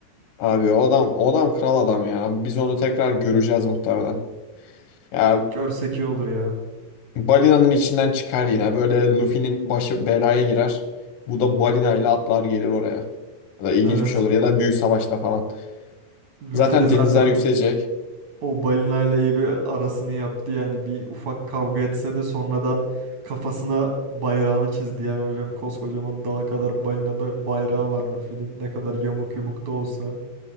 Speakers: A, on the left; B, on the right.
A: Abi o adam, o adam kral adam ya. Biz onu tekrar göreceğiz muhtemelen. Ya
B: Görsek iyi olur ya.
A: Balinanın içinden çıkar yine. Böyle Luffy'nin başı belaya girer. Bu da balinayla atlar gelir oraya. Ya da ilginç
B: Evet.
A: bir şey olur. Ya da büyük savaşta falan.
B: Luffy
A: Zaten
B: de zaten
A: denizler yükselecek.
B: o balinayla iyi bir arasını yaptı yani. Bir ufak kavga etse de sonradan kafasına bayrağını çizdi. Yani hocam koskocaman dağa kadar balinada bayrağı var Luffy'nin. Ne kadar yamuk yumuk da olsa.